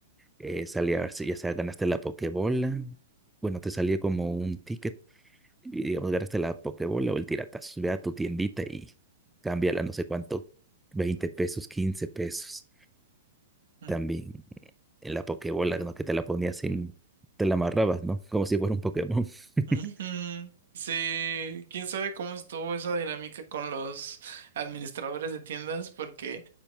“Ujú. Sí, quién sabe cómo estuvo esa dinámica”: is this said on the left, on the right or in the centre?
Right